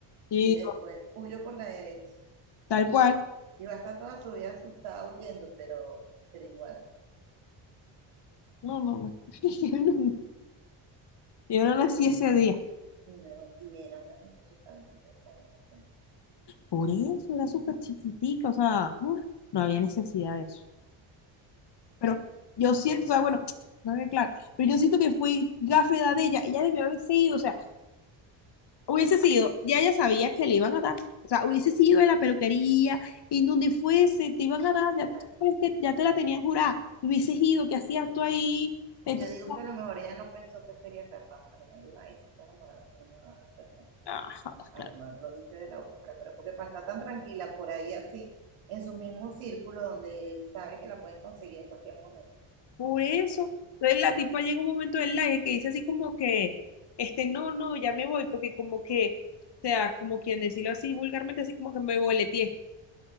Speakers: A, on the left; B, on the right.
A: Y
B: Y después huyo por la derecha.
A: tal cual.
B: Y va a estar toda su vida asustada huyendo, pero, pero igual.
A: No, no, no. <laughs> Yo no yo no nací ese día.
B: Y, no, y era una muchachita de 23 años. apenas.
A: Por eso era súper chiquitica, o sea, ¡ah! no había necesidad de eso. Pero yo siento, o sea, bueno, <tsk> no había claro, pero yo siento que fui gafe de edad de ella, ella debió haberse ido, o sea, Hubiese sido, ya ella sabía que le iban a dar. O sea, hubiese sido en la peluquería, y en donde fuese, te iban a dar, ya,
B: Claro.
A: tú sabes que ya te la tenían jurada. Hubieses ido, ¿qué hacías tú ahí? Entonces,
B: Yo digo
A: no,
B: que a lo mejor ella no pensó que sería capaz. A lo mejor dijo, ay, se está enamorada, se no me va a hacer nada.
A: ah, jodas,
B: A
A: claro.
B: lo mejor lo dice de la boca para afuera, porque para estar tan tranquila por ahí así, en su mismo círculo donde sabe que la pueden conseguir en cualquier momento.
A: Por eso, entonces la tipa llega un momento del live que dice así como que, este, no, no, ya me voy, porque como que, o sea, como quien decirlo así vulgarmente, así como que me boleteé.